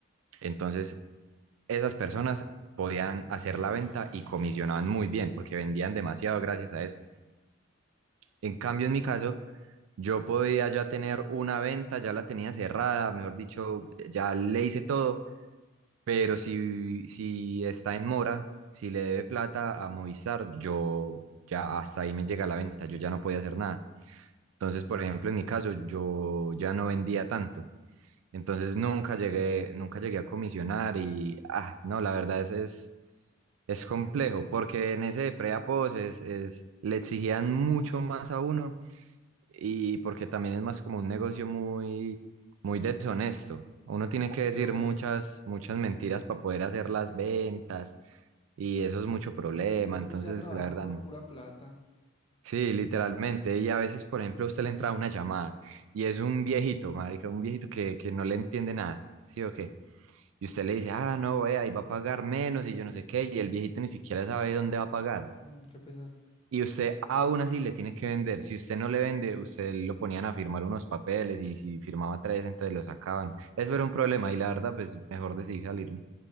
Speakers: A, on the right; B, on the left.
A: Entonces, esas personas podían hacer la venta y comisionaban muy bien porque vendían demasiado gracias a eso. En cambio, en mi caso, yo podía ya tener una venta, ya la tenía cerrada, mejor dicho, ya le hice todo, pero si, si está en mora, si le debe plata a Movistar, yo ya hasta ahí me llega la venta, yo ya no podía hacer nada. Entonces, por ejemplo, en mi caso, yo ya no vendía tanto Entonces nunca llegué, nunca llegué a comisionar y, ah, no, la verdad es, es, es complejo, porque en ese de pre-apos es, es, le exigían mucho más a uno y porque también es más como un negocio muy, muy deshonesto. Uno tiene que decir
B: Y obvio.
A: muchas, muchas mentiras para poder hacer las ventas y eso es mucho problema.
B: Eso
A: Entonces,
B: es ya trabajar
A: la verdad,
B: por
A: no.
B: pura plata.
A: Sí, literalmente. Y a veces, por ejemplo, a usted le entra una llamada y es un viejito, marica, un viejito que, que no le entiende nada, ¿sí o qué? Y usted le dice, ah, no, vea, y va a pagar menos y yo no sé qué, y el viejito ni siquiera sabe dónde va a pagar.
B: Mm, qué pesar.
A: Y usted aún así le tiene que vender. Si usted no le vende, usted lo ponían a firmar unos papeles y si firmaba tres, entonces lo sacaban. Eso era un problema y la verdad, pues mejor decidí salir.